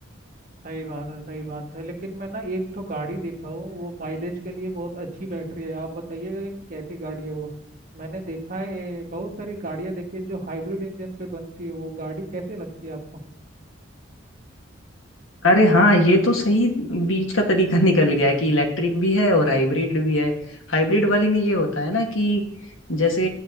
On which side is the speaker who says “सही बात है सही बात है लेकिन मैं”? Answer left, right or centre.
Right